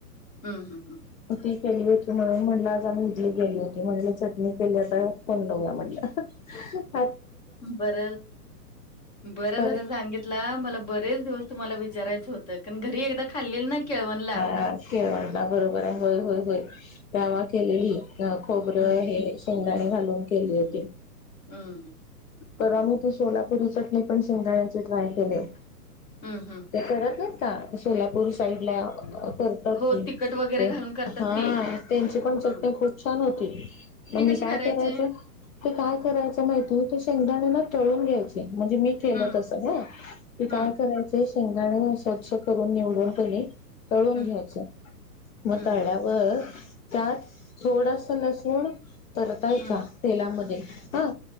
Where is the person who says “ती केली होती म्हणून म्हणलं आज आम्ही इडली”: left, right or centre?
Left